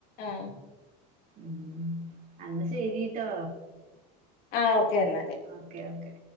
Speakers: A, on the left; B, on the right.
A: ആഹ്
B: മ് അന്ന ശരീട്ടോ
A: ആ ഓക്കെ എന്നാല്
B: ഓക്കെ ഓക്കെ